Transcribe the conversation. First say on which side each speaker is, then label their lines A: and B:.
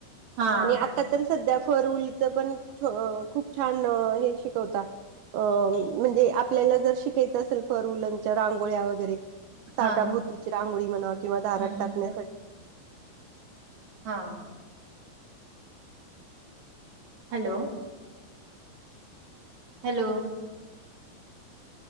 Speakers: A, on the right; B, on the right.
A: हां,
B: आणि आता तर सध्या फरउलचं पण खूप छान हे शिकवता अ म्हणजे आपल्याला जर शिकायचं असेल फरउलांच्या रांगोळ्या वगैरे ताटाभोतीची
A: हां, हां.
B: रांगोळी म्हणा किंवा दारात
A: हं, हं,
B: टाकण्यासाठी.
A: हं. हा. हॅलो. हॅलो.